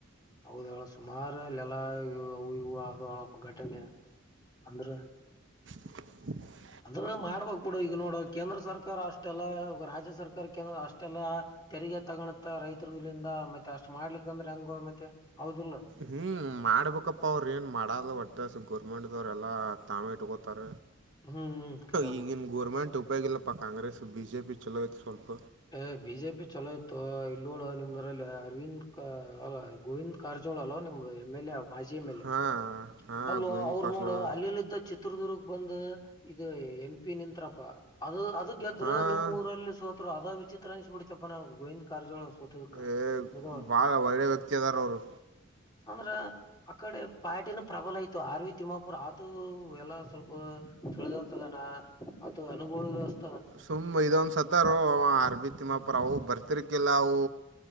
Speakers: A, on the left (about 20°); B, on the right (about 60°).
A: ಹೌದು ಅಲ್ಲಿ ಸುಮಾರು ಎಲ್ಲಾ ಅವು ಇವು ಆದುವ್ ಅಳ ಘಟನೆ ಅಂದ್ರ
B: <inaudible>
A: ಅದ್ರ ಮಾಡ್ಬೇಕ್ ಬಿಡ ಈಗ ನೋಡು ಕೇಂದ್ರ ಸರ್ಕಾರ ಅಷ್ಟೆಲ್ಲ ರಾಜ್ಯ ಸರ್ಕಾರ ಕೇಂದ್ರ ಅಷ್ಟೆಲ್ಲ ತೆರಿಗೆ ತಗೊಣತ್ತ ರೈತರುಗಳಿಂದ ಮತ್ತೆ ಅಷ್ಟ್ ಮಾಡ್ಲಿಕ್ಕಂದ್ರೆ ಹೆಂಗೋ ಮತ್ತೆ ಹೌದ ಇಲ್ಲ
B: ಹೂ ಮಾಡ್ಬೇಕಪ್ಪ ಅವ್ರು ಏನು ಮಾಡಲ್ಲ ಒಟ್ಟ ಗೌರ್ಮೆಂಟ್ದವ್ರರೆಲ್ಲ ತಾವೇ ಇಟ್ಕೋತಾರ
A: ಹ್ಮ್ ಹ್ಮ್ ಖರೆ
B: ಈಗಿನ
A: ಬಿಡು
B: ಗೋರ್ಮೆಂಟ್ ಉಪಯೋಗ ಇಲ್ಲಪ್ಪಾ ಕಾಂಗ್ರೆಸ್ ಬಿ ಜೆ ಪಿ ಚಲೋ ಇತ್ತು ಸ್ವಲ್ಪ
A: ಏ ಬಿ ಜೆ ಪಿ ಚಲೋ ಇತ್ತೋ ಇಲ್ಲ ನೋಡ ನಿಮ್ದ್ರಲ್ಲಿ ಗೋವಿಂದ್ ಗೋವಿಂದ ಕಾರಜೋಳ ಅಲ್ವಾ ನಿಮ್ದು ಎಮ ಎಲ್ ಎ ಮಾಜಿ ಎಮ್ ಎಲ್
B: ಹಾಂ
A: ಎ
B: ಹಾಂ
A: ಅಲ್ಲೋ
B: ಗೋವಿಂದ
A: ಅವ್ರು
B: ಕಾರಜೋಳ
A: ನೋಡ ಅಲ್ಲಿಲ್ಲಿ ಇಂತ ಚಿತ್ರದುರ್ಗ್ ಬಂದ ಇದು ಎಂ ಪಿ ನಿಂತ್ರಪ್ಪ ಅದು ಗೆದ್ರರು
B: ಹಾಂ
A: ನಿಮ್ ಊರಲ್ಲಿ ಸೋತರು ಅದ ವಿಚಿತ್ರ ಅನ್ಸಿಬಿಡ್ತಿಪ್ಪ ನನಗ್ ಗೋವಿಂದ ಕಾರಜೋಳರ ಸೋತಿದಕ್ಕ್
B: ಏ
A: ಮೂಧೋಳ್
B: ಭಾಳ ಒಳ್ಳೆ ವ್ಯಕ್ತಿ ಅದಾರ ಅವರು
A: ಅಂದ್ರ ಅಕಡೆ ಪಾರ್ಟಿನ ಪ್ರಬಲ ಇತ್ತು ಆರ್ವಿ ತಿಮ್ಮಾಪುರ್ ಅದು ಎಲ್ಲ ಸ್ವಲ್ಪ ತಿಳದತದಾನ ಅದು ಅನುಭೋದು ಅಷ್ಟ
B: ಸುಮ್ಮ್ ಇದೊ ಒಂದು ಸತ್ತಾರೋ ಅವ ಆರ ವಿ- ಆರ್ ವಿ ತಿಮ್ಮಾಪುರ
A: ಹ್ಮ್
B: ಅವ ಬರ್ತಿರ್ಕಲ್ಲ ಅವು